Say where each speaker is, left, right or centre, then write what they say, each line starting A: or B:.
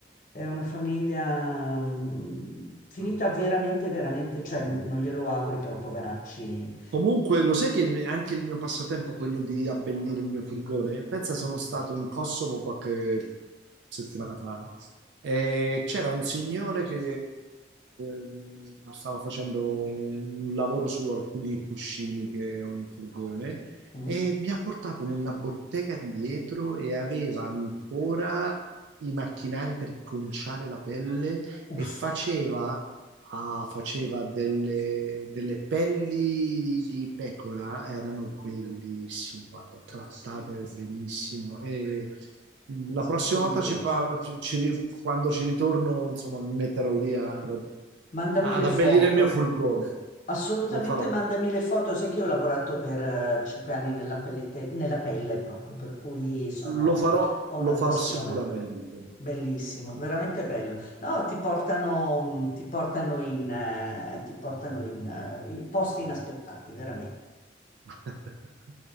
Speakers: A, on the left; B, on the right.
A: È una famiglia mm, finita
B: Ah,
A: veramente, veramente, cioè
B: mm.
A: non glielo auguri, però poveracci
B: Comunque, lo sai che il- anche il mio passatempo, quello di abbellire il mio furgone, pensa sono stato
A: noi.
B: in Kosovo qualche settimana fa e c'era un signore che mm, stava facendo un lavoro su alcuni cuscini che ho in furgone
A: Mm?
B: e mi ha portato nella bottega di dietro e aveva ancora i macchinari per conciare la pelle e
A: Ustia,
B: faceva Ah, faceva delle, delle pelli di pecora, erano bellissime, guarda, trattate benissimo. E mh, la prossima
A: meraviglioso.
B: volta, ci pa- ci- ci- ri- quando ci ritorno, insomma, mi metterò lì ad,
A: Mandami
B: ad
A: le
B: abbellire
A: foto.
B: il mio furgone.
A: Assolutamente
B: Lo farò,
A: mandami le foto, sai che io ho lavorato per eh, cinque anni nella pellete- nella pelle proprio, per cui sono,
B: lo farò,
A: ho
B: lo
A: una
B: farò
A: passione.
B: sicuramente.
A: Bellissimo, veramente bello. No, ti portano, mh, ti portano in, eh, ti portano in, eh, in posti inaspettati, veramente.
B: <laughs>